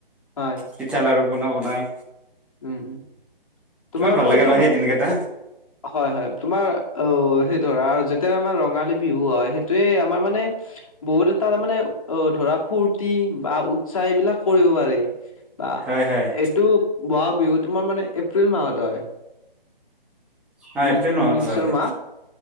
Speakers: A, on the left (about 35°); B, in the centre.
A: হয়
B: পিঠা লাৰু পনা বনাই৷
A: উম-উম
B: কিমান
A: তোমাৰটো
B: ভাল লাগে
A: একদম
B: ন সেই দিনকেইটা
A: হয় হয় তোমাৰ অ সেই ধৰা আৰু যেতিয়া আমাৰ ৰঙালী বিহু হয় সেইটোৱে আমাৰ মানে বহুত এটা তাৰ মানে অ ধৰা ফূৰ্তি বা উৎসাহ এইবিলাক কৰিব পাৰি৷ বা
B: হয় হয়
A: এইটো বহাগ বিহু তোমাৰ মানে এপ্ৰিল মাহত হয়৷
B: হয়
A: ইং
B: এপ্ৰিল মাহত
A: ইংলিছৰ
B: হোৱা যায়
A: মা